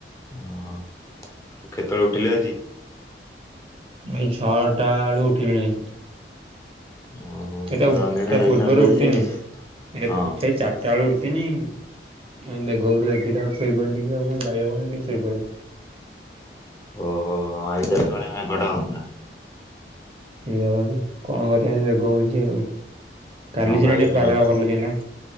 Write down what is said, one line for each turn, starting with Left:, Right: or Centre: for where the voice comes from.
Left: ଓହୋ ଆଉ କେତେବେଳେ ଉଠିଲେ ଆଜି?
Right: ଏଇ ଛଅଟା ଏଳୁ ଉଠିଲିଣି।
Left: ଓହୋ।
Right: ଏଟା
Left: ତାହେଲେ ଅନିନା
Right: ତା
Left: ଯାଇଥାନ୍ତୁ
Right: ପୂର୍ବରୁ
Left: ଆଜି
Right: ଉଟିତିନି
Left: ଆଉ।
Right: ଏଇଟା
Left: ହଁ
Right: ସେଇ ଚା ଟାଳୁ ଉଠିଥିନି ଏଇ ମେଘକୁ ଦେଖିକି ତାପରେ ଶୋଇପଇନି ଟିକେ ଆଉ ମୁଇ ଯାଇହବନି ଟିକେ ଶୋଇପଇନି।
Left: ଓହୋ ହଁ ଏଗାରଟା ଏଳେ ମେଘଟା ହଉଥିଲା।
Right: <unintelligible> କଣ କରିବା ଏମି ମେଘ ହଉଚି ଆଉ। କାଲି
Left: ହଁ
Right: ସିନା
Left: ଭାଇ
Right: ଟିକେ
Left: ମେଘ
Right: ପାଗଟା ଭଲ ଥିଲା।